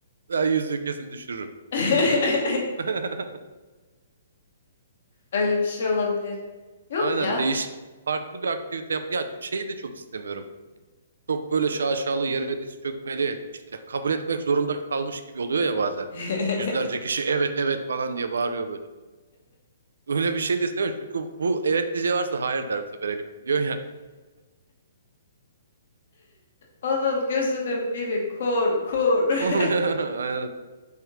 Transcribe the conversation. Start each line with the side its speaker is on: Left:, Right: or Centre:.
Right: Ben yüzüğü kesin düşürürüm.
Left: <laughs>
Right: <laughs>
Left: Öyle bir şey olabilir. Yok
Right: Aynen
Left: ya.
Right: değiş farklı bir aktivite yap. Ya şeyi de çok istemiyorum. Çok böyle şaşalı yere diz çökmeli. İşte kabul etmek zorunda kalmış gibi oluyor ya bazen
Left: <laughs>
Right: de. Yüzlerce kişi evet evet falan diye bağırıyor böyle. Öyle bir şey de istemiyorum. Çünkü bu evet diyeceği varsa hayır der bu sefer Elif biliyor
Left: Onun gözünün biri kur kur. <laughs>
Right: <laughs> Aynen.